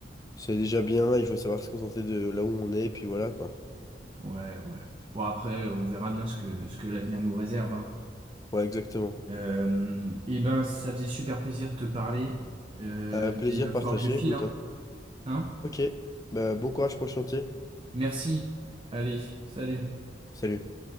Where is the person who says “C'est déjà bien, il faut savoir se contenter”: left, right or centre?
Left